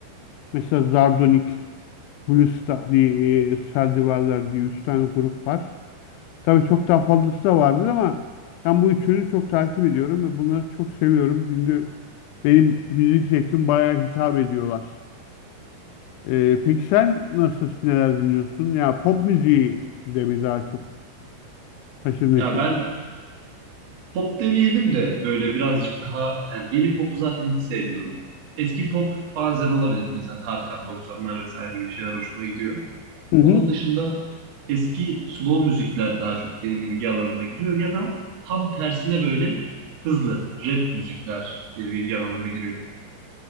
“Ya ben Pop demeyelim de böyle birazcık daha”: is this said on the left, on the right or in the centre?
Right